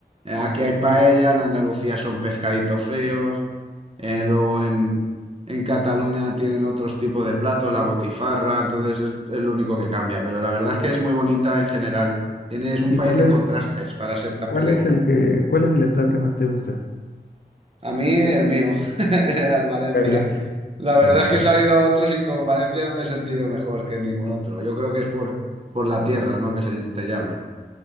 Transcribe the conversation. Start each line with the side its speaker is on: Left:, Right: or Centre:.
Right: aquí hay paella, en Andalucía son pescaditos fríos, eh, luego en, en Cataluña tienen otros tipos de platos, la botifarra, entonces es, es lo único que cambia, pero la verdad es que es muy bonita en general. Tienes un
Left: ¿Y
Right: país
Left: cuál
Right: de contrastes
Left: es,
Right: para ser tan
Left: cuál
Right: pequeño.
Left: es el que, cuál es el estado que más te gusta?
Right: A mí el mío, <laughs> al Valencia.
Left: Valencia.
Right: La verdad
Left: Wow.
Right: es que he salido a otros y con Valencia me he sentido mejor que ningún otro. Yo creo que es por, por la tierra, ¿no? Que se te llama.